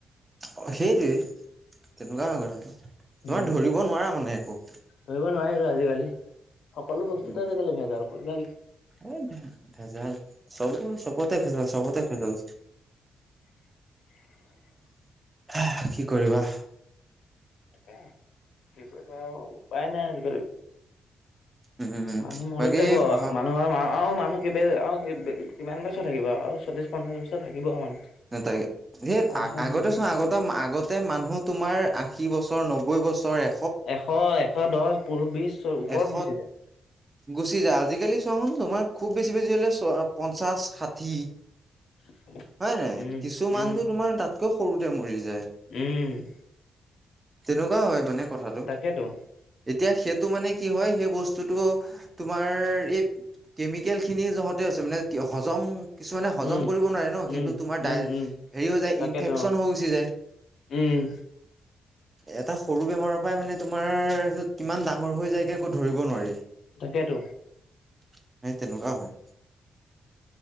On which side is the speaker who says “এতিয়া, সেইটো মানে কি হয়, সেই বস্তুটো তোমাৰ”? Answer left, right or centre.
Right